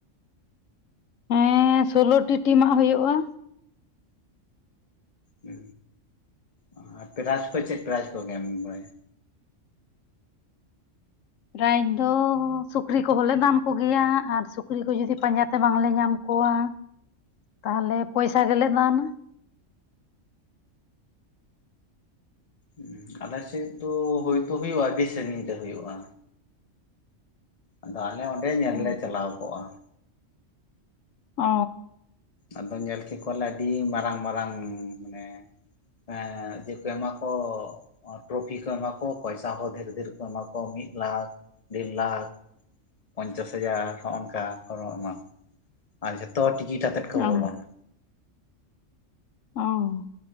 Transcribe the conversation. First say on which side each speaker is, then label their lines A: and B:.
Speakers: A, on the left; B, on the left.
A: ᱦᱮᱸ ᱥᱳᱞᱳ ᱴᱤ ᱴᱤᱢᱟᱜ ᱦᱳᱭᱳᱜᱼᱟ᱾
B: ᱦᱩ, ᱚ ᱟᱨ ᱯᱨᱟᱭᱤᱡᱽ ᱠᱚ ᱪᱮᱫ ᱯᱨᱟᱭᱤᱡᱷ ᱠᱚᱜᱮ ᱮᱢ ᱵᱮᱸ?
A: ᱯᱨᱟᱭᱤᱡᱽ ᱫᱚ ᱥᱩᱠᱨᱤ ᱠᱚᱦᱚᱸᱞᱮ ᱫᱟᱱ ᱠᱚ ᱜᱮᱭᱟ ᱟᱨ ᱥᱩᱠᱨᱤ ᱠᱚ ᱡᱩᱫᱤ ᱯᱟᱸᱡᱟ ᱛᱮ ᱵᱟᱝᱞᱮ ᱧᱟᱢ ᱠᱚᱣᱟ ᱛᱟᱦᱞᱮ ᱯᱚᱭᱥᱟ ᱜᱮᱞᱮ ᱫᱟᱱᱟ ᱾
B: ᱩᱸᱦ, ᱟᱞᱮ ᱥᱮᱫ ᱫᱚ ᱦᱳᱭᱛᱳ ᱦᱳᱭᱳᱜᱼᱟ ᱟᱹᱰᱤ ᱥᱟᱺᱜᱤᱧ ᱨᱮ ᱦᱳᱭᱳᱜᱼᱟ᱾ ᱟᱫᱚ ᱟᱞᱮ ᱚᱸᱰᱮ ᱧᱮᱞ
A: ᱚ
B: ᱞᱮ ᱪᱟᱞᱟᱣ ᱠᱚᱜᱼᱟ ᱾
A: ᱚ ᱾
B: ᱟᱫᱚ ᱧᱮᱞ ᱠᱮ ᱠᱚᱣᱟᱞᱮ ᱟᱰᱤ ᱢᱟᱨᱟᱝ ᱢᱟᱨᱟᱝ ᱢᱟᱱᱮ ᱮᱸᱜ ᱪᱮᱜ ᱠᱚ ᱮᱢᱟᱠᱚᱜ ᱴᱨᱚᱯᱷᱤ ᱠᱚ ᱮᱢᱟ ᱠᱚ ᱯᱚᱭᱥᱟ ᱦᱚᱸ ᱫᱷᱮᱹᱨ ᱫᱷᱮᱹᱨ ᱠᱚ ᱮᱢᱟ ᱠᱚ ᱢᱤᱫ ᱞᱟᱠᱷ ᱰᱮᱹᱲ ᱞᱟᱠᱷ ᱾ ᱯᱚᱧᱪᱟᱥ ᱦᱟᱡᱟᱨ ᱦᱚᱸᱝᱠᱟ ᱠᱚ ᱮᱢᱟᱠᱚ ᱟᱨ ᱡᱷᱚᱛᱚ ᱴᱤᱠᱤᱴ ᱟᱛᱮᱫ ᱠᱚ
A: ᱚ
B: ᱵᱚᱞᱚᱱᱟ᱾
A: ᱚ